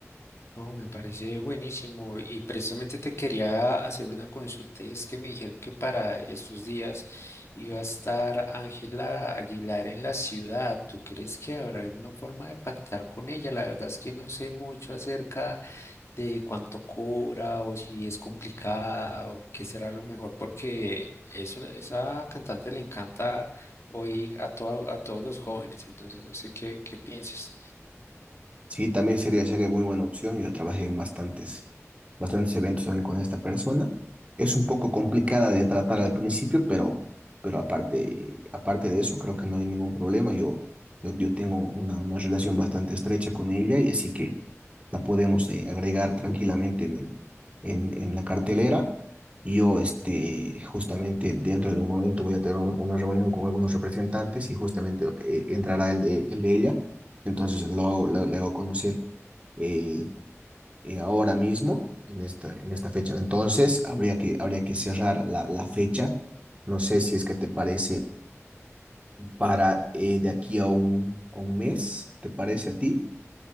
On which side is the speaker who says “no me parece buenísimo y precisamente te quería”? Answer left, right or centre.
Left